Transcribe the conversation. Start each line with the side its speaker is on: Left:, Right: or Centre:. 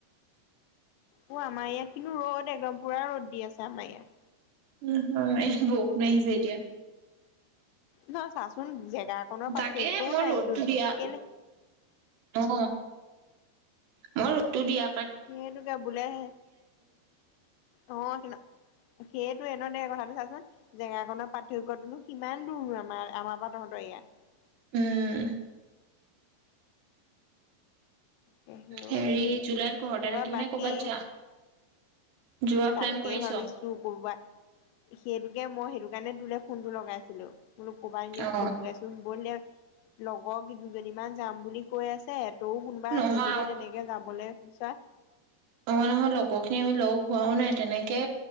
Left: অ আমাৰ ইয়াত কিন্তু ৰ'দ একদম, পুৰা ৰ'দ দি আছে আমাৰ ইয়াত।
Right: উম হু। অ, এহ বৰষুণ আহিছে এতিয়া।
Left: ন চাচোন, যিহে গা কনৰ পাৰ্থক্যও
Right: তাকে মই
Left: নাইচোন।
Right: ৰ'দটো দিয়া
Left: কেলে
Right: অ মই ৰতটো দিয়া
Left: সেটোকে বোলেহে অ সনা <unintelligible> সেইয়েতটো এনে দে কথাটো চাচোন জেগাখনৰ পাৰ্থক্্যটোনো কিমান দূৰ আমাৰ আমাৰ পৰা তহঁতৰ ইয়া <unintelligible>
Right: উম
Left: তাকেহে
Right: হেৰি
Left: অ
Right: জুলাইত ঘৰতে
Left: তাৰপৰা
Right: থাকিবি
Left: বাকী
Right: নে কৰ'বাত যা যোৱা
Left: তাকে
Right: প্লেন কৰিছ
Left: ভাবিছো কৰবাত সেইটো তাকে মই সেইটো কাৰণে তোলে ফোনটো লগাইছিলো ম কোবাই
Right: অ
Left: ফোন গৈছ বলে লগ <unintelligible> আক দুজনীমান যাম বুলি কৈ আছে তৌ কোনোবা
Right: নহয়
Left: আছে যদি তেনেকে যাবলে ইচ্ছা <unintelligible>
Right: নহ নহয় লগৰখিনি আমি লগ হোৱাও নাই তেনেকে